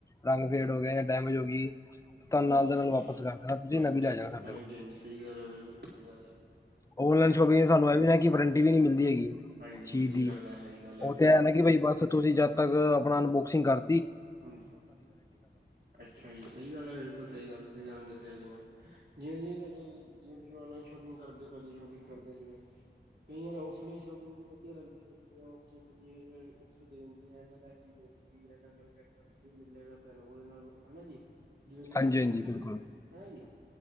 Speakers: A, on the left; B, on the right.
A: ਰੰਗ ਫੇਡ ਹੋ ਗਿਆ ਜਾਂ ਡੈਮੇਜ ਹੋ ਗਈ। ਤੁਹਾਨੂੰ
B: ਹਾਂਜੀ-ਹਾਂਜੀ,
A: ਨਾਲ ਦੇ ਨਾਲ ਵਾਪਸ ਕਰ ਦੇਣਾ ਤੁਸੀਂ
B: ਹਾਂਜੀ-ਹਾਂਜੀ,
A: ਨਵੀਂ ਲੈ ਜਾਣਾ ਸਾਡੇ
B: ਹਾਂਜੀ
A: ਕੋਲ
B: ਸਹੀ ਗੱਲ ਐ ਬਿਲਕੁਲ ਸਹੀ ਗੱਲ ਐ।
A: ਆਨਲਾਈਨ ਸ਼ੋਪਿੰਗ ਸਾਨੂੰ ਇਹ ਵੀ ਆ ਨਾ ਵਾਰੰਟੀ ਵੀ ਨੀ ਮਿਲਦੀ ਹੈਗੀ ਕਿਸੇ
B: ਹਾਂਜੀ
A: ਚੀਜ਼
B: ਸਹੀ
A: ਦੀ।
B: ਗੱਲ ਹੈ ਸਹੀ ਗੱਲ
A: ਉਹ
B: ਬਿਲਕੁਲ
A: ਤੇ ਹੈ ਨਾ ਕਿ ਬਈ ਬਸ ਤੁਸੀਂ ਜਦ ਤੱਕ ਆਪਣਾ ਅਨਬੋਕਸਿੰਗ ਕਰ
B: ਹਾਂਜੀ, ਅੱਛਾ ਜੀ ਸਹੀ ਗੱਲ ਐ ਬਿਲਕੁਲ ਸਹੀ ਗੱਲ ਤੁਸੀਂ ਸਾਨੂੰ ਦੱਸਿਆ ਜਿਵੇਂ ਜਿਵੇਂ ਜਿਵੇਂ <unintelligible> ਆਨਲਾਈਨ ਸ਼ੋਪਿੰਗ ਕਰਦੇ ਓ ਕਦੀ ਸ਼ੋਪਿੰਗ ਕਰਦੇ ਓ ਜਿਵੇਂ ਕਈ ਵਾਰ ਔਫਲਾਈਨ ਸ਼ੋਪਿੰਗ ਵਧੀਆ ਲੱਗਦੀ ਐ ਜਿਵੇਂ ਔਫਲਾਈਨ ਸ਼ੋਪਿੰਗ ਕਈ ਵਾਰ ਔਫਰ ਦੇ ਦਿੰਦੀਆਂ <unintelligible> <unintelligible> ਮਿਲੇਗਾ ਤੈਨੂੰ ਉਹਦੇ ਨਾਲ ਹਨਾ ਜੀ ਜਿਵੇਂ ਜਿਵੇਂ
A: ਹਾਂਜੀ ਹਾਂਜੀ ਬਿਲਕੁਲ
B: <unintelligible> ਹਨਾ ਜੀ।